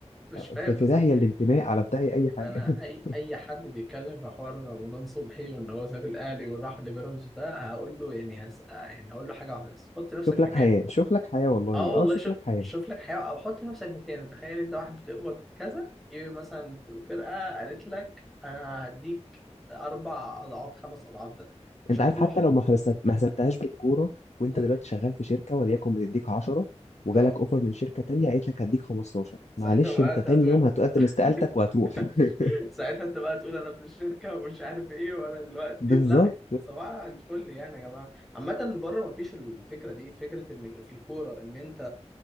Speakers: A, in the centre; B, on the left.
A: مش
B: آه،
A: فاهم
B: في في
A: بالظبط
B: داهيه الانتماء على في داهيه اي حاجه
A: انا اي
B: <laughs>
A: اي حد بيتكلم في حوار رمضان صبحي وان هو ساب الاهلي وراح لبيراميدز ده هقول له يعني هسأل يعني هقول له حاجه واحده بس حط نفسك
B: شوف لك
A: مكاني
B: حياه شوف لك حياه والله
A: اه والله
B: اه شوف
A: شوف
B: لك حياه
A: شوف لك حيوان او حط نفسك مكانه تخيل انت واحد بتقبض كذا جه مثلا فرقه قالت لك انا هديك اربع اضعاف خمس اضعاف ده مش
B: انت
A: هتروح
B: عارف حتى لو ما حبست- ما حسبتهاش بالكوره وانت
A: مم.
B: دلوقتي شغال في شركه وليكن بتديك 10 وجالك
A: اه
B: اوفر من شركه تانية قالت لك هديك 15
A: ساعتها
B: معلش
A: بقى
B: انت
A: انت
B: تاني
A: هتقول
B: يوم هتقدم
A: <laughs>
B: استقالتك وهتروح <laughs>
A: ساعتها انت بقى تقول انا ابن الشركه ومش عارف ايه وانا دلوقتي
B: بالظبط
A: لا صباح الفل يعني يا جماعه عامه بره ما فيش الفكره دي فكره ان في الكوره ان انت